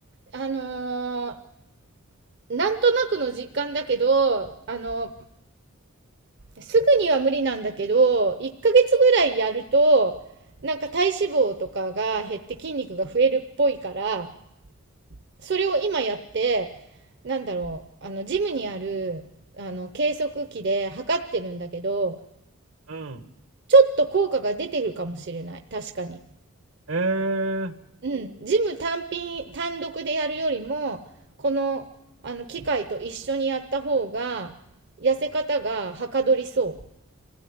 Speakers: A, on the right (about 50°); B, on the right (about 70°).
A: あのー、なんとなくの実感だけど、あの、すぐには無理なんだけど、1ヶ月ぐらいやると、なんか体脂肪とかが減って筋肉が増えるっぽいから、それを今やって、なんだろう、あの、ジムにある、あの、計測器で測ってるんだけど、
B: うん、
A: ちょっと効果が出てるかもしれない。確かに。
B: えー、
A: うん、ジム単品、単独でやるよりも、この、あの、機械と一緒にやった方が、痩せ方がはかどりそ